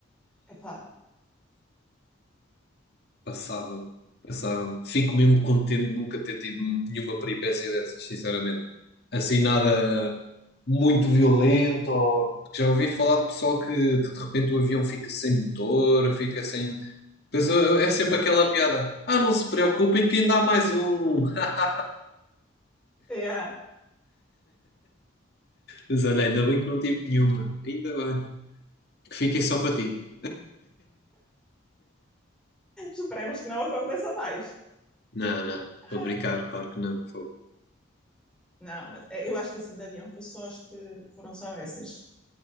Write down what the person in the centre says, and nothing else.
Epá,
yeah.
Esperemos que não aconteça mais.
Ai,
Não, mas é, eu acho que assim de avião foi só, acho que foram só essas.